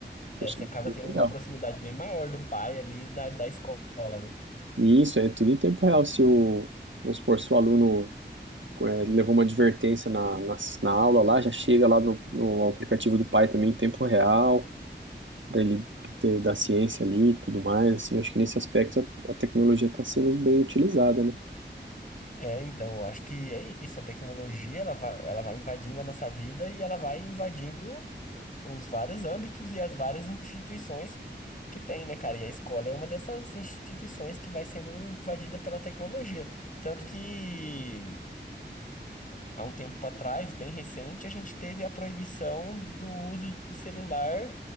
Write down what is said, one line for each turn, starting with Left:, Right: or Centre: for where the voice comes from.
Left: É,
Right: Eu achei
Left: você acaba
Right: isso bem
Left: tendo
Right: legal.
Left: uma proximidade bem maior do pai ali da, da escola, né?
Right: E isso é tudo em tempo real. Se o, vamos supor, se o aluno é, levou uma advertência na, na, na aula lá, já chega lá no, no aplicativo do pai também em tempo real, para ele ter da ciência ali e tudo mais. Assim, acho que nesse aspecto a, a tecnologia está sendo bem utilizada, né?
Left: É, então, eu acho que é isso. A tecnologia, ela vai, ela vai invadindo a nossa vida e ela vai invadindo os vários âmbitos e as várias instituições que tem, né, cara? E a escola é uma dessas instituições que vai sendo invadida pela tecnologia. Tanto que, há um tempo atrás, bem recente, a gente teve a proibição do uso de celular